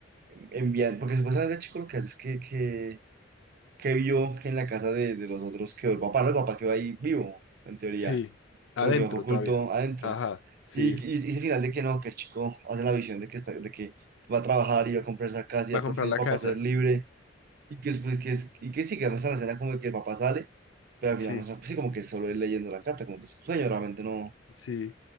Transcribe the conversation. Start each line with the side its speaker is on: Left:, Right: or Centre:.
Right: enviando, porque supuestamente el chico lo que hace es que, que, que vio que en la casa de, de los otros quedó el papá, no el papá quedó ahí vivo, en teoría,
Left: Sí, adentro
Right: pero quedó oculto
Left: todavía.
Right: adentro.
Left: Ajá, sí,
Right: Y, y, y ese final de que no, que el chico hace la visión de que, está, de que va a trabajar y va a comprar esa casa y va
Left: va a
Right: por
Left: comprar
Right: fin el
Left: la
Right: papá
Left: casa.
Right: a ser libre. Y que después, que, es- y que sí, que muestra la escena como de que el papá sale, pero al
Left: Sí,
Right: final muestra, pues sí, como que solo él leyendo la carta, como que es un sueño, realmente no,
Left: sí.